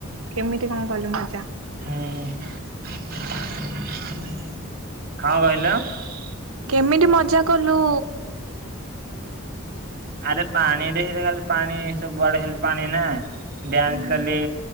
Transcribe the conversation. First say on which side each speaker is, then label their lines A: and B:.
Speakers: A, on the right (about 80°); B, on the right (about 45°).
A: କେମିତି କଣ କଲୁ ମଜା?
B: ହୁଁ <inaudible> କଣ କହିଲ?
A: କେମିତି ମଜା କଲୁ?
B: ଆରେ ପାଣିରେ ଖାଲି ପାଣି ସବୁଆଡେ ଖାଲି ପାଣି ନା ଡ୍ୟାନ୍ସ
A: ହୁଁ
B: କଲି,